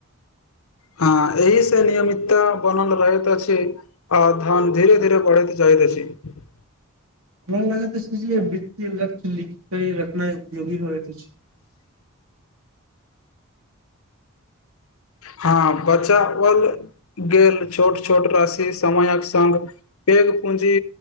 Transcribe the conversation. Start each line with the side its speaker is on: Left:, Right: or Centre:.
Left: हां एहि से नियमितता बनल रहैत अछि आ धन धीरे धीरे बढ़ैत जाएत अछि। <unintelligible>
Right: हमरा लागैत आछि जे वित्तीय लक्ष्य लिखी के रखनाय उपयोगी होएत अछि। <unintelligible>
Left: हां बचाओल गेल छोट -छोट राशि समयक संग पेघ पूँजी